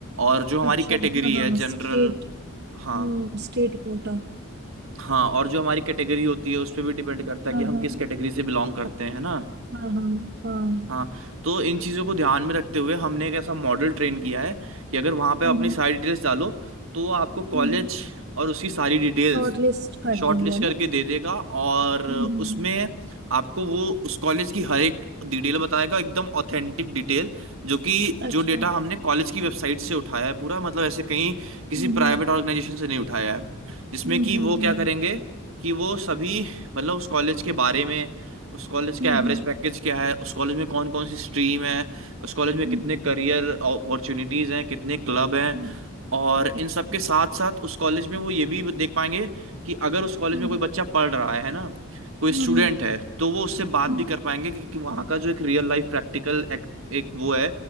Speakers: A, on the right (about 70°); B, on the right (about 50°).
A: और जो हमारी
B: अच्छा
A: कैटेगरी
B: हाँ
A: है जनरल
B: स्टेट
A: हाँ
B: हम्म स्टेट कोटा
A: हाँ और जो हमारी कैटेगरी होती है उस पे भी डिपेंड करता है
B: हाँ
A: कि हम
B: हाँ
A: किस कैटेगरी से बिलोंग करते हैं है ना
B: हाँ हाँ हाँ
A: हाँ तो इन चीज़ों को ध्यान में रखते हुए हमने एक ऐसा मॉडल ट्रेन किया है कि अगर वहाँ पे अपनी
B: हम्म
A: सारी डिटेल्स डालो तो वो आपको कॉलेज
B: हम्म
A: और उसकी सारी डिटेल्स
B: शॉर्ट लिस्ट कर
A: शॉर्टलिस्ट
B: देंगे है
A: करके
B: ना
A: दे देगा और
B: हम्म
A: उसमें आपको वो उस कॉलेज की हर एक डिटेल बताएगा एकदम ऑथेंटिक डिटेल जो कि जो
B: अच्छा
A: डेटा हमने कॉलेज की वेबसाइट से उठाया है पूरा मतलब ऐसे कहीं किसी
B: हम्म
A: प्राइवेट ऑर्गेनाइजेशन से नहीं उठाया है जिसमें
B: हम्म
A: कि
B: हम्म
A: वो
B: हम्म हम्म,
A: क्या करेंगे कि वो सभी मतलब उस कॉलेज के बारे में उस कॉलेज का
B: हम्म,
A: एवरेज पैकेज क्या है उस कॉलेज में कौन कौन सी स्ट्रीम है उस कॉलेज में
B: हम्म,
A: कितने
B: हम्म,
A: करियर अपॉर्चुनिटीज हैं कितने क्लब हैं
B: हम्म,
A: और
B: अच्छा
A: इन सब के साथ साथ उस कॉलेज में वो ये भी देख पाएंगे कि अगर उस कॉलेज
B: हम्म
A: में कोई बच्चा पढ़ रहा है है ना कोई
B: हम्म
A: स्टूडेंट है तो वो उससे बात
B: हम्म,
A: भी कर पाएंगे क्योंकि वहाँ का जो एक रियल लाइफ प्रैक्टिकल एक, एक वो है